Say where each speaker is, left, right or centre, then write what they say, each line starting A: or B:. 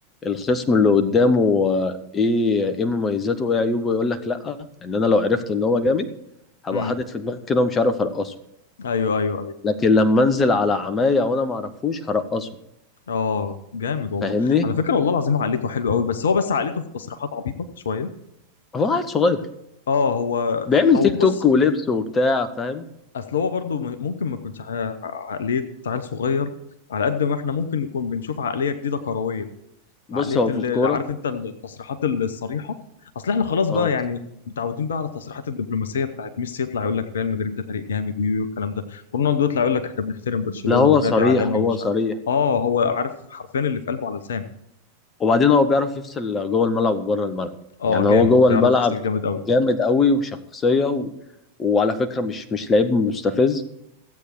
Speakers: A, on the left; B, on the left.
A: الخصم اللي قدامه آه، ايه ايه مميزاته وايه عيوبه يقول لك لا ان انا لو عرفت ان هو جامد هبقى
B: امم
A: حاطط في دماغي كده ومش عارف ارقصه
B: ايوه ايوه
A: لكن لما انزل على عمايه وانا ما اعرفوش هرقصه
B: اه جامد والله
A: فاهمني
B: على فكره والله العظيم عقليته حلوه قوي بس هو بس عقليته في التصريحات عبيطه شويه
A: هو عيل صغير
B: اه هو
A: بيعمل
B: او
A: تيك
B: بص
A: توك ولبس وبتاع فاهم
B: اصل هو برضو م- ممكن ما يكونش ع- عقليه عيل صغير على قد ما احنا ممكن نكون بنشوف عقليه جديده كرويه
A: بص
B: عقليه
A: هو
B: اللي
A: في الكوره
B: عارف انت التصريحات الصريحه اصل احنا خلاص
A: اه
B: بقى يعني متعودين بقى على التصريحات الدبلوماسيه بتاعت ميسي يطلع يقول لك ريال مدريد ده فريق جامد ويو الكلام ده رونالدو يطلع يقول لك احنا بنحترم برشلونه
A: لا هو
B: ونادي
A: صريح
B: عالمي
A: هو
B: ومش
A: صريح
B: عارف اه هو عارف حرفيا اللي في قلبه على لسانه
A: وبعدين هو بيعرف يفصل جوه الملعب وبره الملعب
B: اه
A: يعني هو
B: جامد
A: جوه
B: بيعرف
A: الملعب
B: يفصل جامد قوي
A: جامد قوي وشخصية و... وعلى فكرة مش مش لعيب مستفز